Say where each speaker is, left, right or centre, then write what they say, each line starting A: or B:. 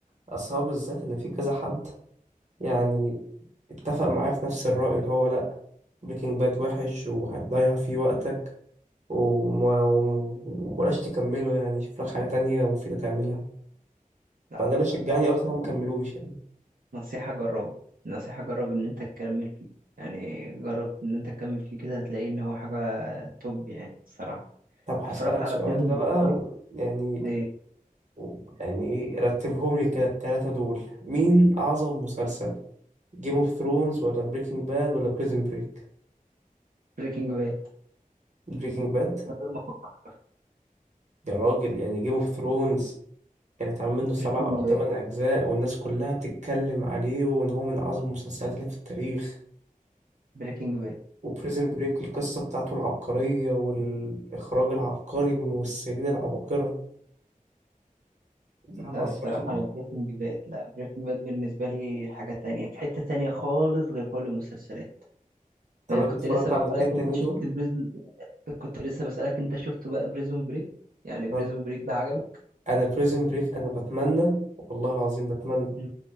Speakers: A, on the right; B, on the right.
A: اصحابي بالذات ان في كذا حد يعني اتفق معاه في نفس الرأي اللي هو لأ بريكنج باد وحش وهتضيع فيه وقتك وما- ومبلاش تكمله يعني شوف لك حاجة تانية مفيدة تعملها
B: لا
A: فده
B: لا
A: اللي شجعني
B: لا لا
A: أصلا أنا مكملوش
B: يعني
A: يعني
B: نصيحة جربه نصيحة جرب ان انت تكمل فيه يعني جرب ان انت تكمل فيه كده هتلاقي ان هو حاجة توب يعني الصراحة
A: طب هسألك
B: اتفرجت على
A: سؤال
B: بريزون
A: ده
B: بريك
A: بقى و- يعني
B: ايه
A: و- يعني إيه رتبهم لي كده التلاتة دول مين أعظم مسلسل جيم اوف ثرونز ولا بريكنج باد ولا بريزن بريك
B: بريكنج باد
A: بريكنج
B: من
A: باد
B: غير ما افكر
A: يا راجل يعني جيم اوف ثرونز كان اتعمل منه
B: بريكنج
A: سبع أو تمن
B: باد
A: أجزاء والناس كلها بتتكلم عليه وإن هو من أعظم المسلسلات اللي في التاريخ
B: بريكنج باد
A: وبريزن بريك القصة بتاعته العبقرية والإخراج العبقري والممثلين العباقرة ده
B: لا
A: ما أثرش
B: الصراحة
A: بقى
B: أنا بريكنج باد لا بريكنج باد بالنسبة لي حاجة تانية في حتة تانية خالص غير كل المسلسلات
A: طب
B: ما
A: أنت
B: كنت
A: اتفرجت
B: لسه بسألك
A: على الاتنين التانيين
B: أنت شفت
A: دول؟
B: بريزون كنت لسه بسألك أنت شفته بقى بريزون بريك يعني بريزون
A: أنا
B: بريك ده عجبك
A: أنا بريزن بريك أنا بتمنى والله العظيم بتمنى
B: مم.